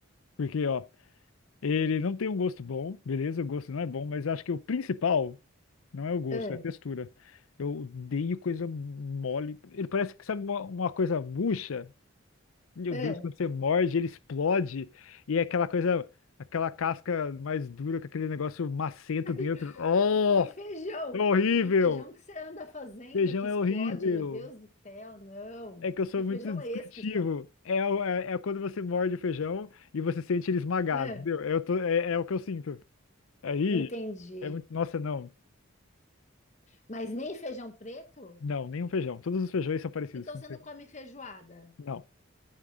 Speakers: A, on the left; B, on the left.
A: Porque, ó, ele não tem um gosto bom, beleza? O gosto não é bom, mas acho que o principal. Não é o gosto,
B: Ah,
A: é a textura. Eu odeio coisa mole. Ele parece que sabe uma, uma coisa murcha. Meu
B: ah.
A: Deus, quando você morde, ele explode. E é aquela coisa, aquela casca mais dura, com aquele negócio macento
B: <laughs>
A: dentro. Oh,
B: Que feijão!
A: é horrível!
B: Que feijão que você anda fazendo
A: Feijão
B: que explode,
A: é horrível.
B: meu Deus do céu, não!
A: É que eu sou
B: Que
A: muito
B: feijão
A: descritivo.
B: é esse que explode?
A: É, o- é, é quando você morde o feijão e você sente ele esmagado,
B: Ah,
A: entendeu? Eu tô, é, é o que eu sinto. Aí,
B: entendi.
A: é muito. Nossa, não.
B: Mas nem feijão preto?
A: Não, nenhum feijão. Todos os feijões são parecidos
B: Então
A: com
B: você
A: o seu.
B: não come feijoada?
A: Não.